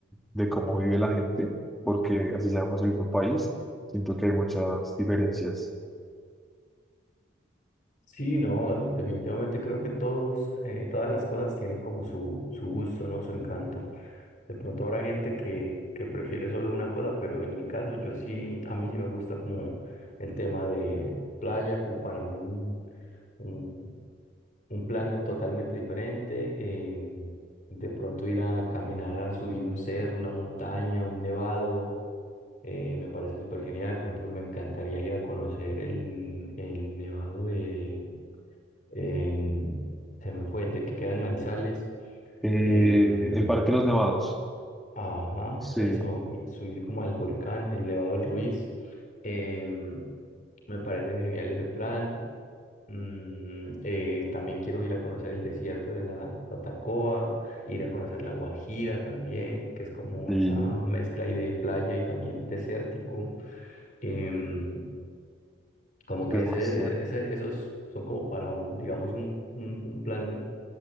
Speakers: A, in the centre; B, on the left (about 40°).
A: de cómo vive la gente, porque así seamos el mismo país, siento que hay muchas diferencias.
B: Sí, no, definitivamente creo que todos, eh, todas las cosas tienen como su, su gusto, ¿no? Su encanto. De pronto habrá gente que, que prefiere solo una cosa, pero en mi caso yo sí, a mí sí me gusta como el tema de playa, como para un, un, un plan totalmente diferente. em, de pronto ir a caminar, a subir un cerro, una montaña, un nevado, eh, me parece súper genial. Por ejemplo, me encantaría ir a conocer el, el nevado de, em, se me fue, el de que queda en Manizales.
A: Eh,
B: em,
A: el Parque de los Nevados,
B: Ajá,
A: sí,
B: eso, y subir como al volcán, el Nevado del Ruiz. Em, me parece genial ese plan. Mm, eh, también quiero ir a conocer el desierto de la Tatacoa, ir a conocer la Guajira también, que es como
A: y
B: esa mezcla ahí de playa y también desértico. Em, como que
A: es
B: ese,
A: muy chévere.
B: ese- ese- esos son como para un, digamos, un, un un plan